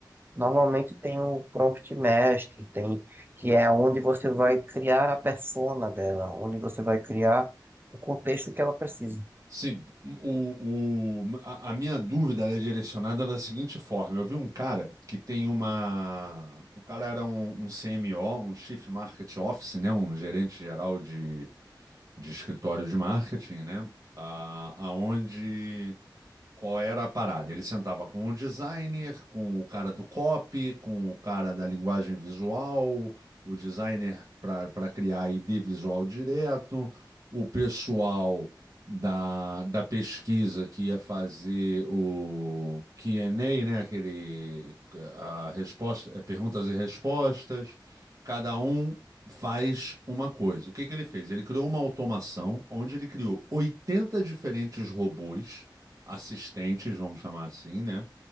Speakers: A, on the right; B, on the right.
A: normalmente tem o prompt mestre, tem, que é onde você vai criar a persona dela, onde você vai criar o contexto que ela precisa.
B: Sim, o, o- a, a minha dúvida ela é direcionada da seguinte forma. Eu vi um cara que tem uma. O cara era um, um CMO, um Chief Market Office, né? Um gerente geral de, de escritório de marketing, né? A, aonde Qual era a parada? Ele sentava com o designer, com o cara do copy, com o cara da linguagem visual, o designer para criar ID visual direto, o pessoal da, da pesquisa que ia fazer o Q&A, né? Aquele a resposta, é, perguntas e respostas. Cada um faz uma coisa. O que que ele fez? Ele criou uma automação onde ele criou 80 diferentes robôs assistentes, vamos chamar assim, né?